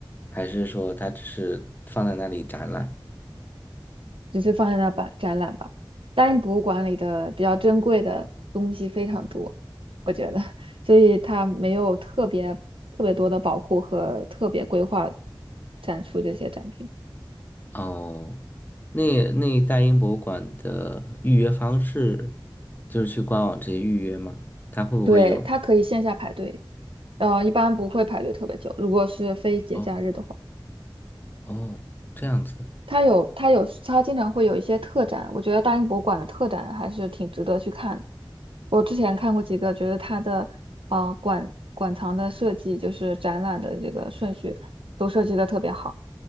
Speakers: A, on the left; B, on the right.
A: 还是说它只是放在那里展览？
B: 只是放在那吧展览吧。大英博物馆里的比较珍贵的东西非常多，我觉得，<laughs> 所以它没有特别特别多的保护和特别规划展出这些展品。
A: 哦，那那大英博物馆的预约方式就是去官网直接预约吗？它会不会有？
B: 对，它可以线下排队，呃，一般不会排队特别久，如果是非节假日的话。
A: 哦哦，这样子，
B: 它有它有它经常会有一些特展，我觉得大英博物馆的特展还是挺值得去看的。我之前看过几个，觉得它的啊馆馆藏的设计，就是展览的这个顺序都设计的特别好。